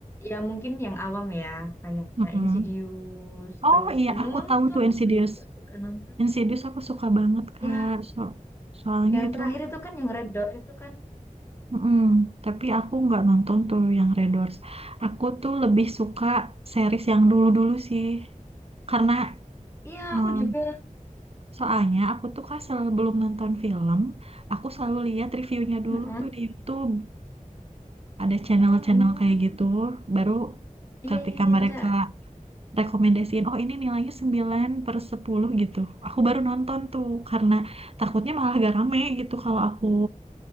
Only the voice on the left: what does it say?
ya mungkin yang awam ya kayak
Insidious
terus
The Nun
itu
aku
dulu juga suka nonton.
Ya,
yang
terakhir itu kan yang Red Door itu kan.
Iya,
aku juga.
Mm-mm.
Oh,
iya
iya iya
ada.